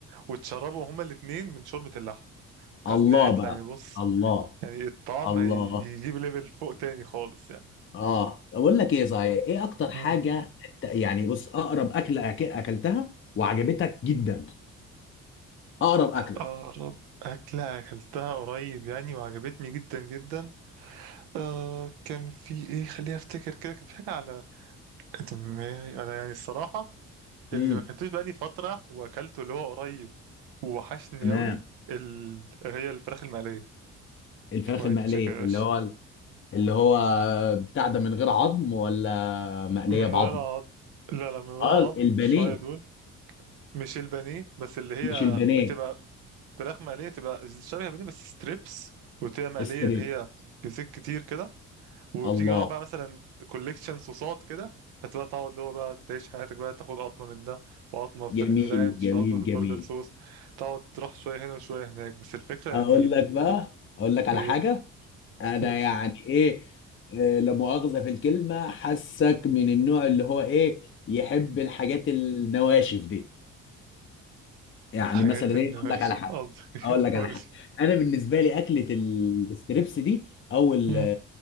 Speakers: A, on the right; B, on the left.
A: وتشربوا هما الاتنين من شوربه اللحمه حاسس
B: الله
A: ان هي هيطلع
B: بقى
A: يعني بص
B: الله
A: يعني الطعم
B: الله
A: هيجيب ليفل فوق تاني خالص يعني
B: اه اقول لك ايه صحيح ايه اكتر حاجه
A: امم
B: ت- يعني بص اقرب اكله أك- اكلتها وعجبتك جدا اقرب اكله
A: اقرب اكله اكلتها قريب يعني وعجبتني جدا جدا آه كان في ايه خليني افتكر كده كان في حاجه على دماغي انا يعني الصراحه اللي
B: امم
A: ما كلتوش بقالي فترة وأكلته اللي هو قريب ووحشني
B: تمام
A: أوي ال... هي الفراخ المقلية
B: الفراخ
A: فرايد
B: المقليه
A: تشيكن يا باشا
B: اللي هو اللي هو بتاع ده من غير عظم ولا مقليه
A: من
B: بعظم
A: غير عظم لا لا من غير
B: اه
A: عظم
B: البانيه
A: شوية دول مش البانيه بس اللي هي
B: مش البانيه
A: بتبقى فراخ مقلية تبقى شبه البانيه بس ستريبس وتبقى مقلية
B: ستريبس
A: اللي هي بزيت كتير كده وبتيجي
B: الله
A: معاها بقى مثلا كوليكشن صوصات كده فتبقى تقعد اللي هو بقى تعيش حياتك بقى تاخد قطمة من ده وقطمة في
B: جميل
A: الرانش
B: جميل
A: وقطمة في
B: جميل
A: البرجر صوص تقعد تروح شوية هنا وشوية هناك بس الفكرة
B: اقول
A: يعني
B: لك بقى اقول لك على
A: إيه،
B: حاجه انا
A: قول
B: يعني
A: لي
B: ايه آه، لا مؤاخذة في الكلمة حاسك من النوع اللي هو ايه يحب الحاجات النواشف دي يعني
A: حاجات
B: مثلا
A: ان
B: ايه اقول
A: ماشي
B: لك على حاجه
A: <laughs> قصدك
B: اقول
A: ايه
B: لك
A: قول
B: على حاجه
A: لي
B: انا بالنسبه لي اكله الستريبس دي او ال-
A: مم.